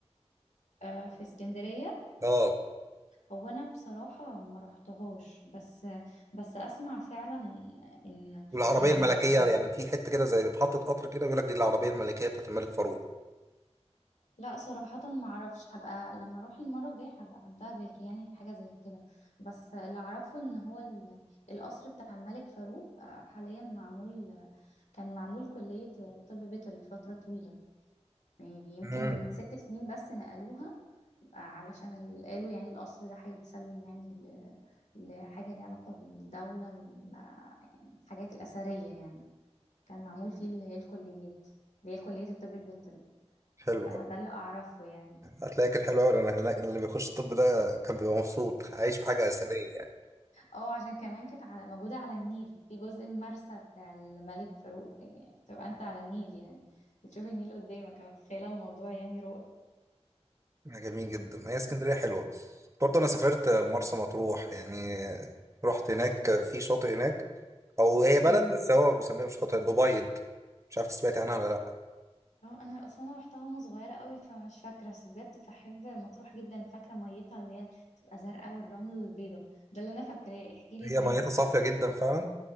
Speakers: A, on the left; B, on the right.
A: آه، في اسكندريه
B: اه
A: هو انا بصراحه ما رحتهاش بس بس اسمع فعلا ان
B: والعربيه
A: ان
B: الملكيه
A: ال...
B: يعني في حته كده زي محطه قطر كده بيقول لك دي العربيه الملكيه بتاعت الملك فاروق
A: لا صراحه ما اعرفش هبقى لما اروح المره الجايه هبقى انتبه يعني لحاجه زي كده بس اللي اعرفه ان هو ال... القصر بتاع الملك فاروق آه، حاليا معمول كان معمول كليه طب بيطري فتره طويله يعني يمكن
B: امم
A: من ست سنين بس نقلوها علشان ال- قالوا يعني القصر ده هيتسلم يعني ل- لحاجة ليها علاقة بالدولة والحاجات الأثرية يعني كان معمول فيه اللي هي الكليات اللي هي كلية الطب البيطري
B: حلو
A: آه، ده اللي أعرفه يعني
B: هتلاقي كانت حلوة أوي لأن هناك اللي بيخش الطب ده كان بيبقى مبسوط عايش في حاجة أثرية يعني
A: اه عشان كمان كانت على- موجودة على النيل في جزء المرسى بتاع الملك فاروق يعني تبقى أنت على النيل يعني بتشوف النيل قدامك أنا متخيلة الموضوع يعني
B: حاجة جميل جدا هي اسكندرية حلوة برضه أنا سافرت مرسى مطروح يعني رحت هناك في شاطئ هناك أو هي بلد
A: رائع
B: بس هو بيسميها مش شاطئ الأبيض مش عارف سمعت عنها ولا لأ
A: اه انا اصلا انا رحتها وانا صغيره قوي فمش فاكره بس بجد بحب مطروح جدا فاكره ميتها اللي هي بتبقى زرقاء والرمل البيضه ده اللي انا فاكراه احكي لي
B: هي
A: طيب
B: ميتها صافية جدا فعلا